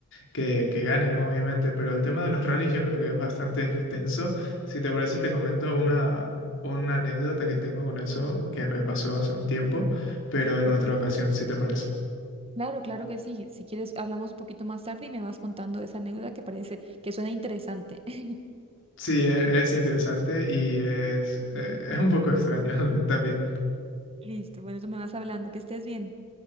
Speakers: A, on the left; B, on the right.
A: que, que gane, ¿no? Obviamente, pero el tema de los rallies yo creo que es bastante extenso. Si te parece, te comento una, una anécdota que tengo con eso que me pasó hace un tiempo, pero en
B: Ajá.
A: otra ocasión, si te parece.
B: Claro, claro que sí. Si quieres, hablamos un poquito más tarde y me vas contando esa anécdota que parece que suena interesante. <laughs>
A: Sí, e- es interesante y es, eh, es un poco extraño <laughs> también.
B: Listo, bueno, tú me vas hablando, que estés bien.